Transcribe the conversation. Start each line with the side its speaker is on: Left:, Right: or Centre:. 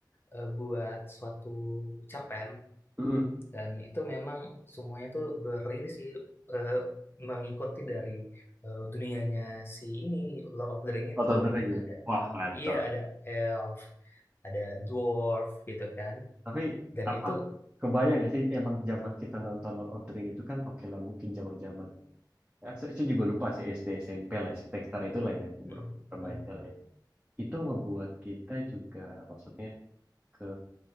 Left: eh, buat suatu cerpen
Right: Mm-mm.
Left: dan itu memang semuanya tuh ber ini sih eh, mengikuti dari eh, dunianya si ini Lord of the Ring itu
Right: Out of the Ring ya.
Left: ada
Right: Wah,
Left: elf
Right: kacau.
Left: iya ada elf ada dwarf gitu kan
Right: Tapi
Left: dan
Right: apa?
Left: itu
Right: Kebayang gak sih emang zaman kita nonton Lord of the Ring itu kan oke lah mungkin zaman-zaman. Ya, saya, saya juga lupa sih SD SMP lah sekitar sekitar itulah ya
Left: mm,
Right: umur remaja
Left: mm,
Right: lah ya. Itu ngebuat kita juga maksudnya ke